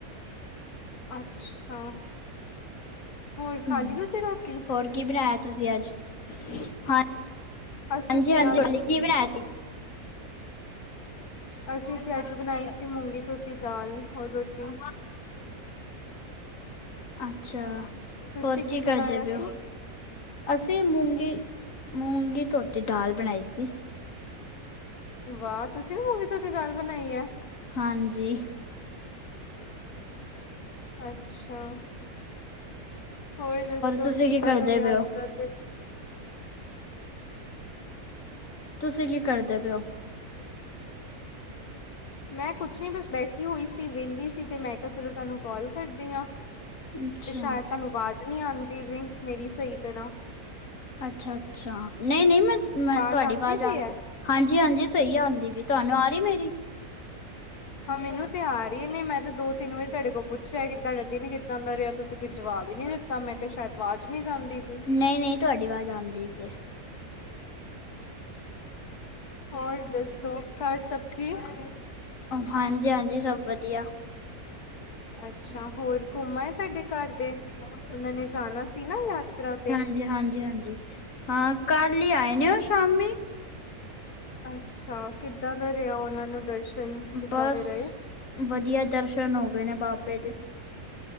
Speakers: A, on the left; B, on the left.
A: ਅੱਛਾ, ਹੋਰ ਖਾ
B: ਹੂੰ
A: ਲਈ ਤੁਸੀਂ ਰੋਟੀ?
B: ਹੋਰ ਕੀ ਬਣਾਇਆ ਤੁਸੀਂ ਅੱਜ, ਹਾਂ?
A: ਅਸੀਂ
B: ਹਾਂਜੀ
A: ਤੇ
B: ਹਾਂਜੀ
A: ਅੱਜ
B: ਕੀ ਬਣਾਇਆ ਸੀ?
A: ਅਸੀਂ ਤੇ ਅੱਜ ਬਣਾਈ ਸੀ ਮੂੰਗੀ ਧੋਤੀ ਦਾਲ, ਹੋਰ ਰੋਟੀ।
B: ਅੱਛਾ,
A: ਤੁਸੀਂ
B: ਹੋਰ ਕੀ
A: ਬਣਾਇਆ
B: ਕਰਦੇ ਪਏ
A: ਸੀ
B: ਓ? ਅਸੀਂ ਮੂੰਗੀ, ਮੂੰਗੀ ਧੋਤੀ ਦਾਲ ਬਣਾਈ ਸੀ।
A: ਵਾਹ, ਤੁਸੀਂ ਵੀ ਮੂੰਗੀ ਧੋਤੀ ਦਾਲ ਬਣਾਈ ਹੈ?
B: ਹਾਂਜੀ।
A: ਅੱਛਾ, ਹੋਰ ਦੱਸੋ
B: ਤੁਸੀਂ
A: ਕਿੱਦਾਂ
B: ਕੀ ਕਰਦੇ
A: ਦਾ ਰਿਹਾ
B: ਪਏ
A: ਅਜ
B: ਹੋ?
A: ਦਾ ਦਿਨ?
B: ਤੁਸੀਂ ਕੀ ਕਰਦੇ ਪਏ ਓ?
A: ਮੈਂ ਕੁਛ ਨੀ ਬਸ ਬੈਠੀ ਹੋਈ ਸੀ, ਵਿਹਲੀ ਸੀ ਤੇ ਮੈਂ ਕਿਹਾ ਚਲੋ ਤੁਹਾਨੂੰ ਕਾਲ ਕਰਦੀ ਆਂ।
B: ਅੱਛਾ
A: ਤੇ ਸ਼ਾਇਦ ਤੁਹਾਨੂੰ ਆਵਾਜ਼ ਨਹੀਂ ਆਉਂਦੀ ਵੀ, ਮੇਰੀ ਸਹੀ ਤਰ੍ਹਾਂ
B: ਅੱਛਾ -ਅੱਛਾ, ਨਹੀਂ -ਨਹੀਂ ਮੈਂ,
A: ਆਵਾਜ਼
B: ਮੈਂ ਤੁਹਾਡੀ
A: ਆਉਂਦੀ
B: ਆਵਾਜ਼
A: ਪਈ
B: ਆ
A: ਹੈ।
B: ਹਾਂਜੀ -ਹਾਂਜੀ ਸਹੀ ਆਉਂਦੀ ਵੀ, ਤੁਹਾਨੂੰ ਆ ਰਹੀ ਮੇਰੀ
A: ਹਾਂ ਮੈਨੂੰ ਤੇ ਆ ਰਹੀ ਨੇ, ਮੈਂ ਤੇ ਦੋ- ਤਿੰਨ ਵਾਰੀ ਤੁਹਾਡੇ ਕੋਲ ਪੁੱਛਿਆ ਤੁਹਾਡਾ ਦਿਨ ਕਿੱਦਾ ਦਾ ਰਿਹਾ ਤੁਸੀਂ ਕੋਈ ਜਵਾਬ ਹੀ ਨਹੀਂ ਦਿੱਤਾ। ਤਾਂ ਮੈਂ ਕਿਹਾ, ਸ਼ਾਇਦ ਆਵਾਜ਼ ਨਹੀਂ ਸੁਣਦੀ।
B: ਨਹੀਂ -ਨਹੀਂ ਤੁਹਾਡੀ ਆਵਾਜ਼ ਆਉਂਦੀ ਪਈ ਏ।
A: ਹੋਰ ਦੱਸੋ, ਘਰ ਸਭ ਠੀਕ?
B: ਹਾਂਜੀ- ਹਾਂਜੀ, ਸਭ ਵਧੀਆ।
A: ਅੱਛਾ, ਹੋਰ ਘੁੰਮ ਆਏ ਤੁਹਾਡੇ ਘਰ ਦੇ? ਉਹਨਾਂ ਨੇ ਜਾਣਾ ਸੀ ਨਾ, ਯਾਤਰਾ ਤੇ?
B: ਜੀ, ਹਾਂਜੀ -ਹਾਂਜੀ। ਹਾਂ, ਕੱਲ ਹੀ ਆਏ ਨੇ, ਉਹ ਸ਼ਾਮੀ।
A: ਅੱਛਾ, ਕਿੱਦਾਂ ਦਾ ਰਿਹਾ ਉਹਨਾਂ ਨੂੰ ਦਰਸ਼ਨ ਕਿੱਦਾਂ
B: ਬਸ,
A: ਦੇ ਰਹੇ?
B: ਵਧੀਆ ਦਰਸ਼ਨ ਹੋ ਗਏ ਨੇ ਬਾਬੇ ਦੇ।